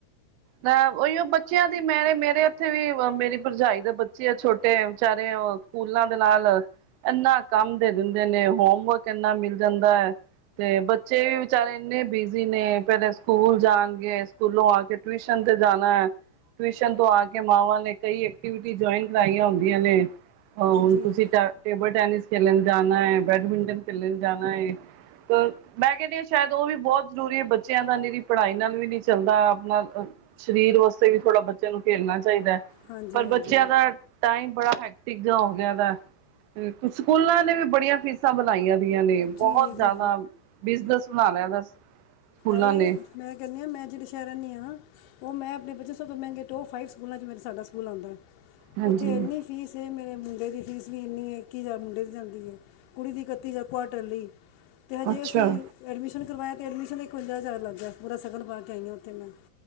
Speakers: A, on the right; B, on the left.
A: ਮੈਂ ਓਈਓ ਬੱਚੇਆਂ ਦੀ ਮੈਂ ਮੇਰੇ ਔਥੇ ਵੀ ਮੇਰੀ ਭਰਜਾਈ ਦੇ ਬੱਚੇ ਆ ਛੋਟੇ ਵਿਚਾਰੇ ਓ ਸਕੂਲਾਂ ਦੇ ਨਾਲ ਏਨਾ ਕੰਮ ਦੇ ਦਿੰਦੇ ਨੇ, ਹੋਮਵਰਕ ਏਨਾ ਮਿਲ ਜਾਂਦਾ ਐ। ਤੇ ਬੱਚੇ ਵਿਚਾਰੇ ਏਨੇ ਬਿਜ਼ੀ ਨੇ ਪੈਲੇ ਸਕੂਲ ਜਾਨਗੇ ਸਕੂਲੋਂ ਆ ਕੇ ਟਿਊਸ਼ਨ ਤੇ ਜਾਨਾ ਐ। ਟਿਊਸ਼ਨ ਤੋਂ ਆ ਕੇ ਮਾਵਾਂ ਨੇ ਕਈ ਐਕਟੀਵਿਟੀ ਜੁਆਇਨ ਕਰਾਈਆਂ ਹੁੰਦੀਆਂ ਨੇ। ਆ ਹੁਨ
B: ਜੀ
A: ਤੁਸੀ ਟੇਬਲ ਟੈਨਿਸ ਖੇਲਨ ਜਾਨਾ ਐ, ਬੈਡਮਿੰਟਨ ਖੇਲਨ ਜਾਨਾ ਏ। ਕ ਮੈਂ ਕੇਨੀ ਆ ਸੈ਼ਦ ਓ ਵੀ ਬੋਤ ਜ਼ਰੂਰੀ ਐ, ਬੱਚਿਆਂ ਦਾ ਨਿਰੀ ਪੜਾਈ ਨਾਲ ਵੀ ਨੀ ਚਲਦਾ ਅਪਨਾ ਅ ਸਰੀਰ ਵਾਸਤੇ ਵੀ ਥੋੜਾ ਬਚੇਆਂ ਨੂੰ ਖੇਲਨਾ ਚਾਈਦੈ
B: ਹਾਂਜੀ
A: ਪਰ
B: ਹਾਂਜੀ
A: ਬੱਚੇਆਂ ਦਾ ਟਾਈਮ ਬੜਾ ਹੈਕਟਿਕ ਜਿਆ ਹੋ ਗਿਆ ਦੈ, ਸਕੂਲਾਂ ਨੇ ਵੀ ਬੜੀਆਂ ਫੀਸ ਫੀਸਾਂ ਵਦਾਇਆਂ ਦੀਆਂ ਨੇ
B: ਜੀ
A: ਬੋਹਤ ਜਾਦਾ
B: ਜੀ
A: ਬਿਜਨਸ ਬਨਾ ਲਿਆਂ ਦਾ। ਸਕੂਲਾਂ
B: ਅਰੇ
A: ਨੇ
B: ਮੈਂ ਕੈਨੀ ਆ ਮੈਂ ਜੇੜੇ ਸੈ਼ਰ ਰੈਨੀ ਆ ਨਾ ਓ ਮੈਂ, ਅਪਨੇ ਬਚੇ ਸਬ ਤੋਂ ਮੈਂਗੇ ਟੋਪ ਫਾਈਵ ਸਕੂਲਾਂ 'ਚ ਸਾਡਾ ਸਕੂਲ ਆਂਦਾ ਐ।
A: ਹਾਂਜੀ
B: ਓਥੇ ਏਨੀ ਫੀਸ ਏ, ਮੇਰੇ ਮੁੰਡੇ ਦੀ ਫੀਸ ਵੀ ਇੰਨੀ ਏ, ਇੱਕੀ ਹਜਾਰ ਮੁੰਡੇ ਦੀ ਜਾਂਦੀ ਏ। ਕੁੜੀ ਦੀ ਇਕੱਤੀ ਹਜਾਰ ਕੁਆਟਰਲੀ ਤੇ ਹਜੇ
A: ਅੱਛਾ
B: ਅਸੀਂ ਐਡਮਿਸ਼ਨ ਕਰਵਾਇਆ ਤੇ ਐਡਮਿਸ਼ਨ ਇੱਕ ਇਕਵੰਜਾ ਹਜ਼ਾਰ ਲੱਗ ਗਿਆ, ਪੂਰਾ ਸਗਨ ਪਾ ਕੇ ਆਈ ਆਂ ਓਥੇ ਮੈਂ